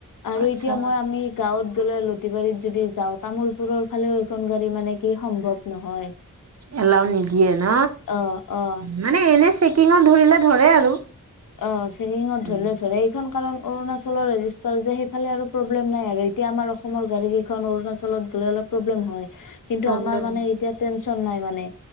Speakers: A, on the left; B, on the right.
A: আৰু
B: আচ্ছা
A: এতিয়া মই আমি গাঁৱত গ'লে লতিবাৰীত যদি যাও তামোুলপুৰৰ ফালেও এইখন গাড়ী মানে কি সম্ভৱ নহয়।
B: এলাও নিদিয়ে ন
A: অ অ
B: মানে এনে চেকিঙত ধৰিলে ধৰে আৰু
A: অ', চেকিঙত
B: উম।
A: ধৰিলে ধৰে। এইখন কাৰণ অৰুণাচলৰ ৰেজিষ্টাৰ যে, সেইফালে আৰু প্ৰব্লেম নাই, আৰু এতিয়া আমাৰ অসমৰ গাড়ী কেইখন অৰুণাচলত গ'লে অলপ প্ৰব্লেম হয়। কিন্তু,
B: প্ৰব্লেম
A: আমাৰ মানে এতিয়া টেনচন নাই, মানে